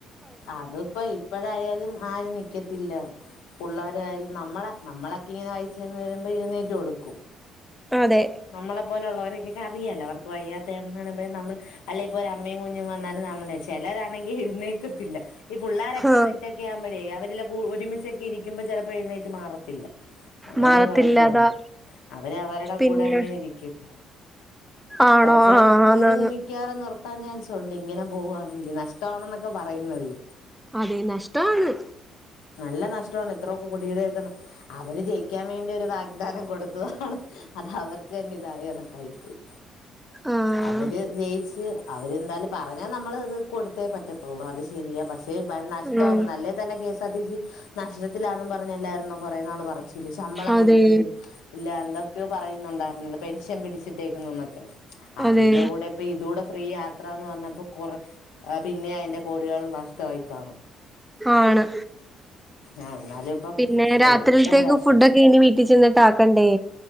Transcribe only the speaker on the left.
അതിപ്പോ ഇപ്പഴായാലും ആരും നിക്കത്തില്ല പുള്ളാരായാലും നമ്മള് നമ്മളൊക്കെയിങ്ങനെ വയസ്സ് <unintelligible> വരുമ്പഴ് ഇങ്ങനെ എഴുന്നേറ്റ് കൊടുക്കും
നമ്മളെ പോലെ ഉള്ളവർക്കെക്കെ അറിയാല്ലോ അവർക്ക് വയ്യാത്തയാണെന്ന് കാണുമ്പഴ് നമ്മൾ അല്ലെയി ഇപ്പൊ ഒര് അമ്മയും കുഞ്ഞും വന്നാലും നമ്മള് ചെലരാണെങ്കി എഴ്ന്നേക്കത്തില്ല ഈ പുള്ളാരൊക്കെ
സെറ്റൊക്കെ ആവുമ്പഴേ അവരെല്ലം കു ഒരുമിച്ചൊക്കെ ഇരിക്ക്യുമ്പൊ ചെലപ്പൊ എഴുന്നേറ്റ് മാറ ത്തില്ലാ അങ്ങനെ
ഒരു കൊഴപ്പൊഉണ്ട് അവര് അവര്ടെ
കൂടെ ഇങ്ങനെ ഇരിക്കും
കൊറച്ച്
കാലം <unintelligible>
നി മിക്കവാകും നിർത്താൻ ചാൻസുണ്ട് ഇങ്ങനെ പോവുവാണെങ്കി നഷ്ടമാണെന്നൊക്കെ പറയുന്നവര്
നല്ല നഷ്ടവാണ് എത്രോ കോടിടെ ഒക്കെ അവര് ജയിക്കാൻ വേണ്ടി ഒരു വാഗ്ദാനം കൊടുത്തതാണ് അത് അവർക്ക് തന്നെ ഇതായ കണക്കായി പോയി
അവര് ജയിച്ച് അവര് എന്തായാലും പറഞ്ഞാ നമ്മള് ഇത് കൊടുത്തേ പറ്റത്തൊള്ളൂ അത്‌ ശരിയാ പക്ഷേ വൻനഷ്ട
വാന്ന് നല്ലെ തന്നെ K S R T C നഷ്ടത്തിലാന്നും പറഞ്ഞ് അല്ലാരുന്നോ കൊറേ നാള് പറച്ചില് ശമ്പളം
കൊട്ക്ക്ന്നി ഇല്ല എന്തൊക്കെയോ പറയുന്നുണ്ടായിരുന്നല്ലോ പെൻഷൻ പിടിച്ചിട്ടേക്കുന്നുന്നൊക്കെ
അതിന്റെ കൂടെ അപ്പ ഇതൂടെ ഫ്രീ യാത്ര എന്ന് പർഞ്ഞപ്പോ കൊറേ ആഹ് പിന്നെ അയ്ന്റെ കോടികൾ നഷ്ടമായി കാണും
ആ എന്നാലും ഇപ്പം
സ്ത്രീകൾക്കതൊരാശ്വാസം